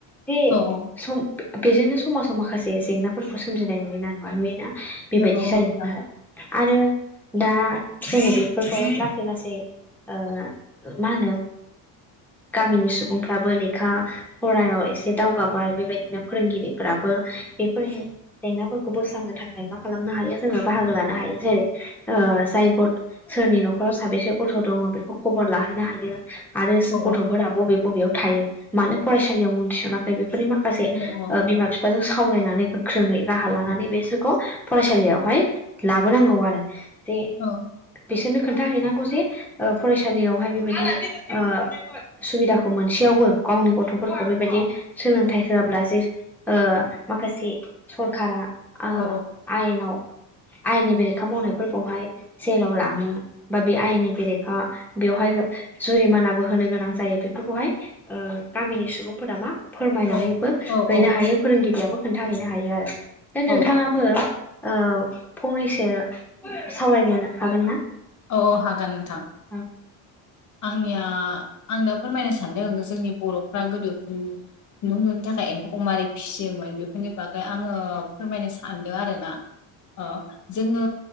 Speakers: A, in the centre; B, on the left.
A: जे
B: औ
A: सम बेजोंनो समाजाव माखासे जेंनाफोरखौ सोमजिनाय नुयोना नुवा नुयोना माने? बेबायदि
B: नंगौ
A: जायोमोन
B: औ नंगौ नोंथां
A: आरो आरो दा जोङो बेफोरखौ लासै लासै ओ मा होनो गामिनि सुबुंफ्राबो लेखा फरायाव एसे दावगाबाय बेबायदिनो फोरोंगिरिफोराबो बेफोर हे जेंनाफोरखौ बोस्रांनो थाखाय मा खालामनो हायो जोङो बाहागो लानो हायो जेरै ओ जाय भट सोरनि न'खराव साबेसे गथ' दङ' बेखौ खबर लाहैनो हायो। आरो स
B: औ
A: गथ'फोरा बबे बबेयाव थायो मानो फरायसालियाव मुं थिस'ना जाय बेफोरनि माखासे ओ
B: औ
A: बिमा बिफ बा जों सावरायनानै गोख्रोङै राहा लानानै बेसोरखौ फरायसालियावहाय लाबोनांगौ आरो बेे
B: औ
A: बिसोरनो खोन्थााहैनांगौ जे ओ फरायसालियावहाय बेबायदि ओ सुबिदाखौ मोनसेयावबो गावनि गथ'फोरखौ बेबायदि सोलोंथाइ होआब्ला जे ओ माखासे सरखारा ओ
B: औ
A: आयनाव आयेननि बेरेखा मावनायफोरखौहाय जेलाव लाङो। बा बे आयेननि बेरेखा बेवहाय जुरिमानाबो होनो गोनां जायो बेफोरखौहाय ओ गामिनि सुबुंफोरा मा फोरमायनानैबो
B: औ औ
A: हैनो हायो। फोरोंगिरियाबो खोन्थाहैनो हायो आरो दा
B: औ
A: नोंथाङा बो ओ फंनैसो सावरायनो हागोन।
B: अ हागोन नोंथां
A: औ
B: आंनिया आं दा फोरमायनो सानदों जोंनि बर'फ्रा गोदो बो खुन्दुं लुनो थाखाय एम्फौखौ मारै फिसियोमोन बेफोरनि बागै आङो फोरमायनो सानदों आर ना। अ जोङो